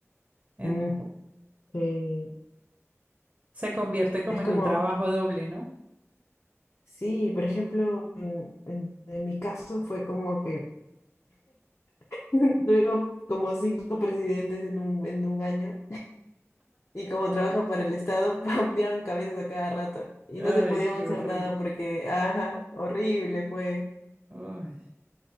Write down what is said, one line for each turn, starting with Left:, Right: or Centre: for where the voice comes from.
Right: en
Left: Mm, sí.
Right: Se convierte como
Left: Es
Right: en
Left: como...
Right: un trabajo doble, ¿no?
Left: Sí, por ejemplo, en, en- en mi caso fue como que <laughs> tuvimos como cinco presidentes en un, en un año y como trabaja para el Estado, <laughs> cambiaban cabezas a cada rato y
Right: Ay,
Left: no se podía
Right: qué
Left: avanzar
Right: horrible.
Left: nada porque, ajá, horrible fue.
Right: Ay,